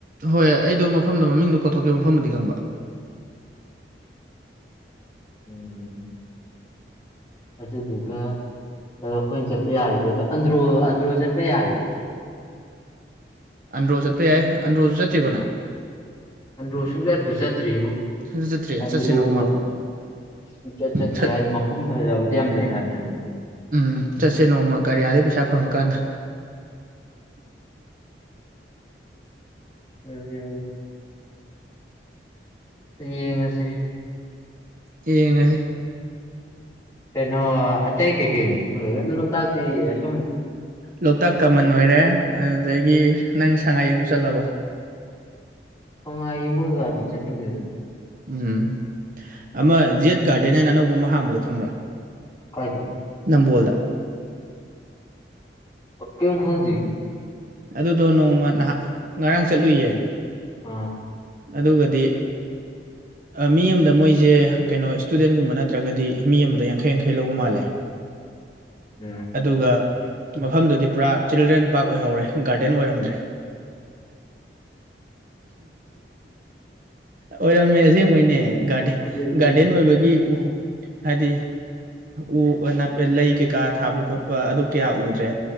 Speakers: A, on the right; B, on the left.
A: ꯍꯣꯏ ꯑꯩꯗꯣ ꯃꯐꯝꯗꯣ ꯃꯃꯤꯡꯗꯣ ꯀꯥꯎꯊꯣꯛꯈꯤꯕ ꯃꯐꯝꯕꯨꯗꯤ ꯈꯪꯕ
B: ꯎꯝ ꯑꯗꯨꯗꯨꯒ ꯑꯗꯣ ꯑꯩꯈꯣꯏꯅ ꯆꯠꯄ ꯌꯥꯔꯤꯁꯦ ꯑꯗꯣ ꯑꯟꯗ꯭ꯔꯣ ꯑꯟꯗ꯭ꯔꯣ ꯆꯠꯄ ꯌꯥꯔꯤꯕꯣ
A: ꯑꯟꯗ꯭ꯔꯣ ꯆꯠꯄ ꯌꯥꯏ ꯑꯟꯗ꯭ꯔꯣꯁꯨ ꯆꯠꯇ꯭ꯔꯤꯕ ꯅꯪ
B: ꯑꯟꯗ꯭ꯔꯣ ꯁꯨꯡꯆꯠꯄꯨ ꯆꯠꯇ꯭ꯔꯤꯕꯣ
A: ꯑꯗꯨ ꯆꯠꯇ꯭ꯔꯤ
B: ꯑꯟꯗ꯭ꯔꯣꯕ
A: ꯆꯠꯁꯦ ꯅꯣꯡꯃ
B: ꯁꯨꯡꯆꯠ ꯆꯠꯇ꯭ꯔꯤ
A: ꯆꯠ
B: ꯍꯥꯏꯗꯤ ꯃꯐꯝ ꯐꯖꯕꯗꯤ ꯌꯥꯝ ꯂꯩ ꯍꯥꯏꯕꯅꯦ ꯍꯥꯏꯕ
A: ꯎꯝ ꯆꯠꯁꯦ ꯅꯣꯡꯃ ꯀꯔꯤꯌꯥꯗꯩ ꯄꯩꯁꯥ ꯐꯪꯉꯀꯥꯟꯗ
B: ꯑꯥ ꯌꯦꯡꯉꯁꯦ
A: ꯌꯦꯡꯉꯁꯤ
B: ꯀꯩꯅꯣ ꯑꯇꯩ ꯀꯩꯀꯩ ꯑꯗꯨ ꯂꯣꯛꯇꯥꯛꯇꯤ ꯑ ꯁꯨꯝ
A: ꯂꯣꯛꯇꯥꯛ ꯀꯃꯟ ꯑꯣꯏꯔꯦ ꯑꯗꯨꯗꯒꯤ ꯅꯪ ꯁꯉꯥꯏ ꯌꯦꯡꯕ ꯆꯠꯂꯕꯣ
B: ꯁꯉꯥꯏ ꯌꯦꯡꯕ ꯀꯥꯏꯗꯤ ꯆꯠꯅꯤꯡꯗꯦꯗ
A: ꯎꯝ ꯑꯃ ꯖꯦꯠ ꯒꯥꯔꯗꯦꯟ ꯍꯥꯏꯅ ꯑꯅꯧꯕ ꯑꯃ ꯍꯥꯡꯕꯗꯣ ꯈꯪꯕ꯭ꯔꯥ
B: ꯀꯥꯏꯗ
A: ꯅꯝꯕꯣꯜꯗ
B: ꯀꯩꯑꯝ ꯈꯪꯗꯦ
A: ꯑꯗꯨꯗꯣ ꯅꯣꯡꯃ ꯅꯍꯥ ꯉꯔꯥꯡ ꯆꯠꯂꯨꯏꯌꯦ
B: ꯑꯣ
A: ꯑꯗꯨꯒꯗꯤ ꯃꯤ ꯑꯃꯗ ꯃꯣꯏꯖꯦ ꯀꯩꯅꯣ ꯏꯁꯇꯨꯗꯦꯟꯒꯨꯝꯕ ꯅꯠꯇ꯭ꯔꯒꯗꯤ ꯃꯤ ꯑꯃꯗ ꯌꯥꯡꯈꯩ ꯌꯥꯡꯈꯩ ꯂꯧꯕ ꯃꯥꯜꯂꯦ
B: ꯎꯝ
A: ꯑꯗꯨꯒ ꯃꯐꯝꯗꯨꯗꯤ ꯄꯨꯔꯥ ꯆꯤꯜꯗ꯭ꯔꯦꯟ ꯄꯥꯔꯛ ꯑꯣꯏꯍꯧꯔꯦ ꯒꯥꯔꯗꯦꯟ ꯑꯣꯏꯔꯝꯗ꯭ꯔꯦ ꯑꯣꯏꯔꯝꯃꯦ ꯑꯁꯦꯡꯕꯩꯅꯦ ꯒꯥꯔꯗꯦꯟ
B: ꯑꯗꯨꯗꯤ
A: ꯒꯥꯔꯗꯦꯟ ꯑꯣꯏꯕꯒꯤ ꯍꯥꯏꯗꯤ ꯎ ꯂꯩ ꯀꯩꯀꯥ ꯊꯥꯕ ꯈꯣꯠꯄ ꯑꯗꯨ ꯀꯌꯥ ꯎꯗ꯭ꯔꯦ